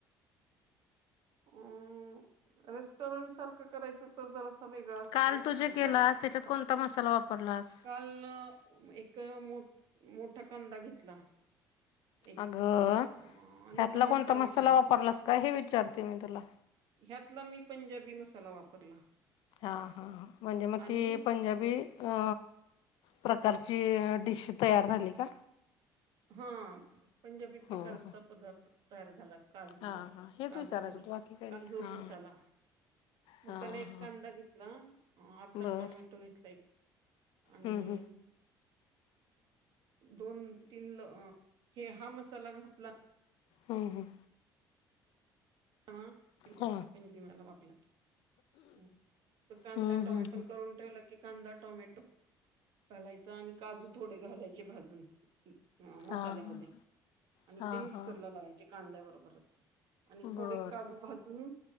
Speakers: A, on the right (about 65°); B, on the left (about 70°).
A: अ रेस्टॉरंट सारखं करायचं तर जरासं वेगळा असतो
B: काल तू जे
A: ह्याचा
B: केलास त्याच्यात
A: <unintelligible>
B: कोणता मसाला वापरलास?
A: काल एक मोठ मोठा कांदा घेतला. एक
B: अगं
A: अ आणि
B: ह्यातला
A: लहान
B: कोणता
A: टॉमॅटो
B: मसाला
A: घेतलं
B: वापरलास का हे विचारते मी तुला
A: ह्यातला मी पंजाबी मसाला वापरला.
B: हा हा म्हणजे मग
A: आणि
B: ती पंजाबी अ प्रकारची डिश तयार झाली का?
A: हा पंजाबी प्रकारचा
B: हम्म हम्म.
A: पदार्थ तयार झाला काजूचा
B: हा हा हेच
A: काजू
B: विचारायचं
A: करी
B: होतं बाकी काही
A: काजू
B: नाही. हा
A: मसाला मग
B: हा
A: त्याला एक
B: हा
A: कांदा घेतला. ह अर्धा
B: बर.
A: टोमॅटो घेतला एक आणि
B: हम्म हम्म
A: अं दोन तीन ल हे हा मसाला घातला.
B: हम्म हम्म
A: <unintelligible>
B: हा
A: तो कांदा
B: हम्म
A: टोमॅटो
B: हम्म
A: पण
B: हम्म
A: करून ठेवला की कांदा टोमॅटो घालायचा आणि काजू थोडे घालायचे भाजून. ह मसाल्यामध्ये
B: हा हा
A: आणि
B: हा
A: ते मिक्सरला
B: हा
A: लावायचे कांद्या बरोबरच थोडे
B: बर
A: काजू
B: बर
A: भाजून